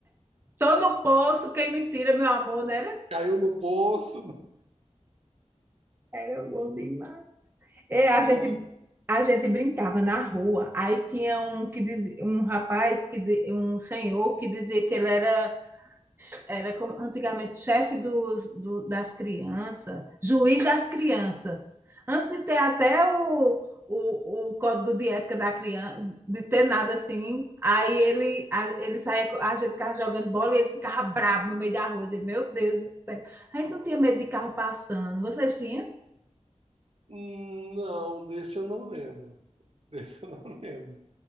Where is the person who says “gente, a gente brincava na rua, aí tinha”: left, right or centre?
Right